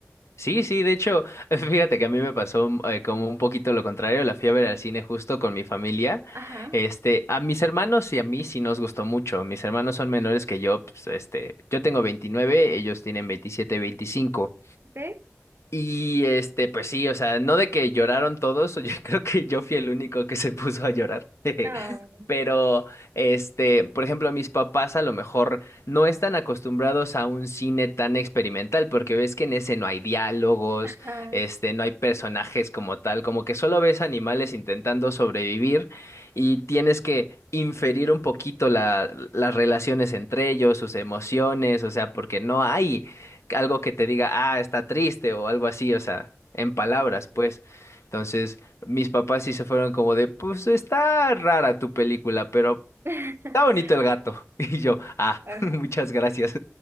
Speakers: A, on the left; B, on the right.
A: Sí, sí, de hecho, <laughs> fíjate que a mí me pasó eh, como un poquito lo contrario, la fui a ver al cine justo con mi familia.
B: Ajá.
A: Este, a mis hermanos y a mí sí nos gustó mucho. Mis hermanos son menores que yo, pues, este, yo tengo 29, ellos tienen 27, 25.
B: ¿Sí?
A: Y este, pues sí, o sea, no de que lloraron todos, yo <laughs> creo que yo fui el único que se puso a llorar. <laughs>
B: Ah,
A: Pero, este, por ejemplo, mis papás a lo mejor no están acostumbrados a un cine tan experimental, porque ves que en ese no hay diálogos,
B: ajá.
A: este, no hay personajes como tal, como que solo ves animales intentando sobrevivir y tienes que inferir un poquito la- las relaciones entre ellos, sus emociones, o sea, porque no hay algo que te diga, ah, está triste o algo así, o sea, en palabras, pues. Entonces, mis papás sí se fueron como de, pues está rara tu película, pero
B: ah.
A: está bonito
B: <laughs>
A: el gato. <laughs> Y yo, ah,
B: Ah,
A: <laughs> muchas gracias.